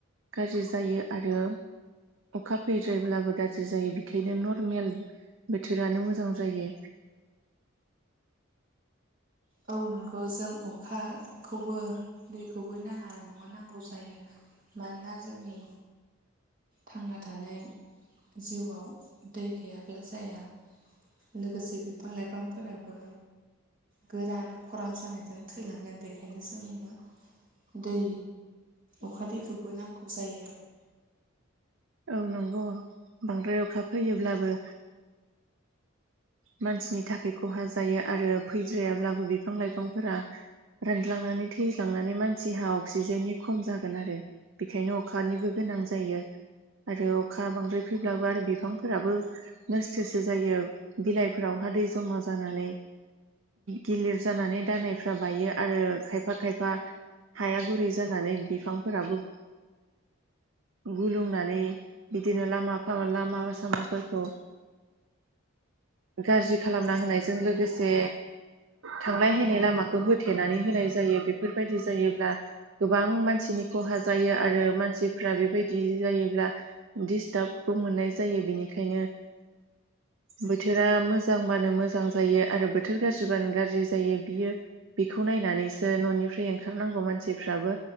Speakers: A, on the right; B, on the right.
A: गाज्रि जायो आरो। अखा फैद्रायब्लाबो गाज्रि जायो। बेखायनो नर्मेल बोथोरानो मोजां जायो।
B: औ नोंगौ जों अखाखौबो दैखौबो नाङा नङा नांगौ जायो। मानोना जोंनि थांना थानाय जिउआव दै गैयाब्ला जाया। लोगोसे बिफां लाइफांफोराबो गोरान खरां जानायजों थैलांगोन। बेखायनो जोङो दै अखा दैखौबो नांगौ जायो आरो।
A: औ नंगौ बांद्राय अखा फैयोब्लाबो मानसिनि थाखाय खहा जायो आरो फैद्रायाब्लाबो बिफां लाइफांफोरा रानज्लांनानै थैज्लांनानै मानसिहा अक्सिजेननि खम जागोन आरो बेखायनो अखानिबो गोन गोनां जायो आरो अखा बांद्राय फैब्लाबो आरो बिफांफोराबो नोस्थोसो जायो। बिलाइफोरावहा दै जमा जानानै गिलिर जानानै दालायफ्रा बायो आरो खायफा खायफा हाया गुरै जानानै बिफांफोराबो गुलुंनानै बिदिनो लामा लामा सामाफोरखौ गाज्रि खालामना होनायजों लोगोसे थांलाय हैनालाय लामाखौ होथेनानै होनाय जायो। बेफोरबायदि जायोब्ला गोबां मानसि खहा जायो आरो मानसिफ्रा बेबायदि जायोब्ला स्टार्बखौ मोननाय जायो। बेनिखायनो बोथोरा मोजांबानो मोजां जायो आरो बोथोर गाज्रिबानो गाज्रि जायो बियो बेखौ नायनानै सो न'निफ्राय ओंखारनांगौ मानसिफ्राबो